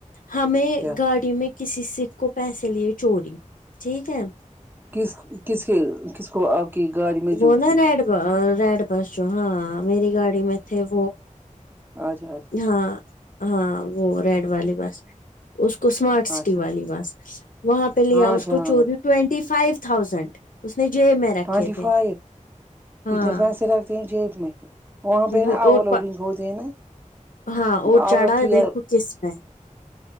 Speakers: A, on the left; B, on the right.
A: ہمیں
B: کیا
A: گاڑی میں کسی سیکھ کو پیسے لیے چوری ٹھیک ہے
B: کس کس کے کس کو آپ کہ گاڑی میں
A: وہ
B: جو
A: نا
B: تھی
A: ریڈ ریڈ بس جو ہاں میری گاڑی میں تھے وہ
B: آ جھا
A: ہاں ہاں وہ ریڈ والی بس اس کو اسمارٹ سٹی
B: اچھا
A: والی بس وہاں پہ لےیا
B: ہاں
A: اس
B: اچھا
A: کو
B: ہاں
A: چوری ٹینٹی فائیو تھاؤزینڈ اس نے جیب میں رکھے
B: ٹوینٹی
A: تھے
B: فائیو
A: ہاں
B: اتنے پیسے رکھتے جیب میں وہاں پہ
A: وہ
B: نا
A: اور
B: اوور لوڈنگ ہوتے ہیں نا
A: ہاں اور
B: عورت
A: چڑھا
B: تھی
A: دیکھو کس میں